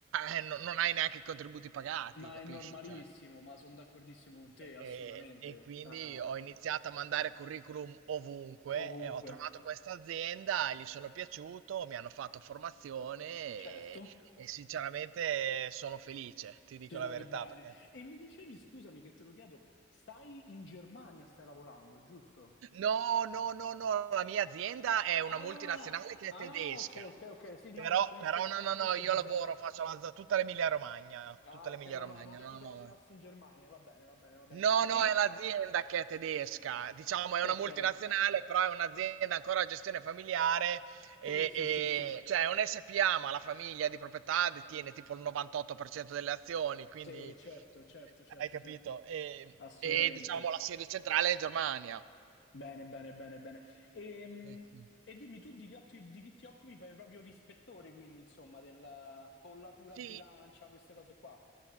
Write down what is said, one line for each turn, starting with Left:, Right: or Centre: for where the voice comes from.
Right: eh, non non hai neanche i contributi pagati,
Left: Ma
Right: capisci?
Left: è normalissimo,
Right: Cioè.
Left: ma sono d'accordissimo con te, assolutamente.
Right: E, e quindi
Left: Ah, ah,
Right: ho
Left: ah.
Right: iniziato a mandare curriculum ovunque
Left: Ovunque.
Right: e ho trovato questa azienda, gli sono piaciuto, mi hanno fatto formazione e,
Left: Certo.
Right: e sinceramente sono felice, ti dico
Left: Ti trovi
Right: la verità.
Left: bene.
Right: Perché...
Left: E mi dicevi, scusami che te lo chiedo, stai in Germania, stai lavorando, giusto?
Right: No, no, no, no, la mia azienda è una
Left: Ah,
Right: multinazionale che è
Left: ah,
Right: tedesca,
Left: ok, ok, ok. Sì, no,
Right: però,
Left: no, conosco,
Right: però no, no,
Left: conosco
Right: no, io
Left: Bizerba.
Right: lavoro, faccio la, tutta l'Emilia Romagna,
Left: Ah,
Right: tutta l'Emilia
Left: ok, no,
Right: Romagna,
Left: no, avevo capito
Right: no, no.
Left: lavorassi in Germania. Va bene, va bene, va bene.
Right: No,
Left: E,
Right: no, è l'azienda che è tedesca, diciamo è
Left: ok,
Right: una multinazionale, però è un'azienda ancora a gestione familiare, e,
Left: sì, sì,
Right: e-
Left: sì, sì.
Right: cioè è un SPA, ma la famiglia di proprietà detiene tipo il 98% delle azioni, quindi
Left: Sì,
Right: eh,
Left: certo, certo, certo,
Right: hai capito?
Left: certo.
Right: E,
Left: Assolutamente.
Right: e, diciamo la sede centrale è in Germania.
Left: Bene, bene, bene, bene. Ehm,
Right: Ecco.
Left: E, dimmi tu di che, otti- di che ti occupi? Fai proprio l'ispettore, quindi, insomma, della bollatura a
Right: Sì,
Left: bilancia, queste cose qua.